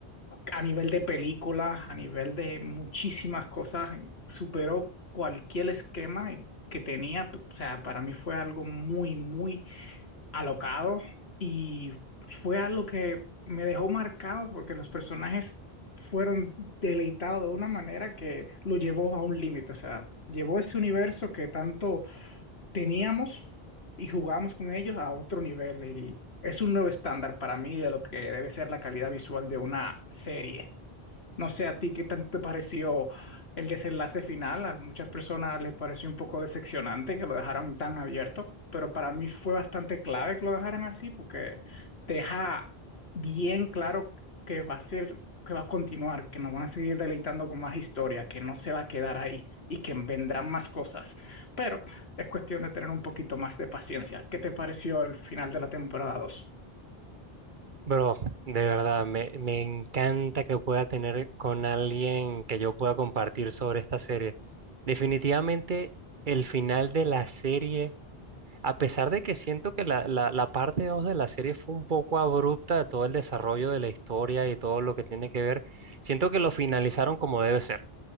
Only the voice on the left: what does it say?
a nivel de películas, a nivel de muchísimas cosas. Superó cualquier esquema que tenía. O sea, para mí fue algo muy, muy alocado y fue algo que me dejó marcado porque los personajes fueron deleitados de una manera que lo llevó a un límite, o sea, llevó ese universo que tanto teníamos y jugábamos con ellos a otro nivel y es un nuevo estándar para mí de lo que debe ser la calidad visual de una serie. No sé a ti qué tanto te pareció el desenlace final. A muchas personas les pareció un poco decepcionante que lo dejaran tan abierto, pero para mí fue bastante clave que lo dejaran así porque deja bien claro que va a ser, que va a continuar, que nos van a seguir deleitando con más historia, que no se va a quedar ahí y que vendrán más cosas. Pero es cuestión de tener un poquito más de paciencia. ¿Qué te pareció el final de la temporada 2?